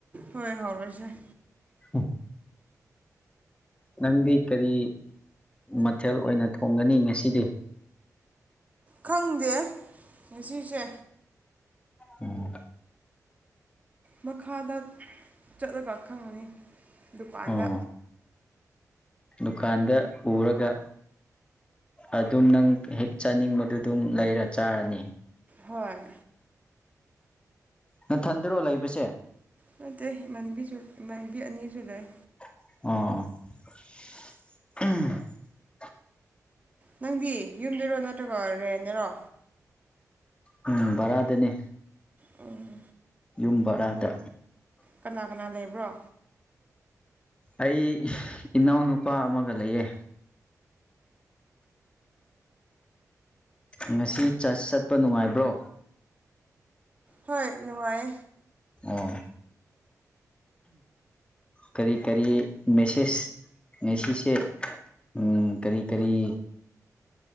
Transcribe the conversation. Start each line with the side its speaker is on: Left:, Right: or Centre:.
Right: ꯍꯣꯏ ꯍꯧꯔꯁꯦ
Left: ꯎꯝ ꯅꯪꯗꯤ ꯀꯔꯤ ꯃꯊꯦꯜ ꯑꯣꯏꯅ ꯊꯣꯡꯒꯅꯤ ꯉꯁꯤꯗꯤ
Right: ꯈꯪꯗꯦ ꯉꯁꯤꯁꯦ
Left: ꯎꯝ
Right: ꯃꯈꯥꯗ ꯆꯠꯂꯒ ꯈꯪꯉꯅꯤ ꯗꯨꯀꯥꯟꯗ
Left: ꯑꯣ ꯗꯨꯀꯥꯟꯗ ꯎꯔꯒ ꯑꯗꯨꯝ ꯅꯪ ꯍꯦꯛ ꯆꯥꯅꯤꯡꯕꯗꯨ ꯑꯗꯨꯝ ꯂꯩꯔ ꯆꯥꯔꯅꯤ
Right: ꯍꯣꯏ
Left: ꯅꯊꯟꯗ꯭ꯔꯣ ꯂꯩꯕꯁꯦ
Right: ꯅꯠꯇꯦ ꯏꯃꯥꯟꯕꯤ ꯏꯃꯥꯟꯕꯤ ꯑꯅꯤ ꯖꯨꯂꯥꯏ
Left: ꯑꯣ
Right: ꯅꯪꯗꯤ ꯌꯨꯝꯗꯔꯣ ꯅꯠꯇ꯭ꯔꯒ ꯔꯦꯟꯅꯔꯣ
Left: ꯎꯝ ꯚꯔꯥ ꯑꯗꯨꯅꯤ
Right: ꯎꯝ
Left: ꯌꯨꯝ ꯕꯔꯥꯗ
Right: ꯀꯅꯥ ꯀꯅꯥ ꯂꯩꯕ꯭ꯔꯣ
Left: ꯑꯩ ꯏꯅꯥꯎꯅꯨꯄꯥ ꯑꯃꯒ ꯂꯩꯌꯦ ꯉꯁꯤ ꯆꯠꯄ ꯅꯨꯡꯉꯥꯏꯕ꯭ꯔꯣ
Right: ꯍꯣꯏ ꯅꯨꯡꯉꯥꯏ
Left: ꯑꯣ ꯀꯔꯤ ꯀꯔꯤ ꯃꯦꯁꯁ ꯃꯦꯁꯤꯖꯁꯦ ꯎꯝ ꯀꯔꯤ ꯀꯔꯤ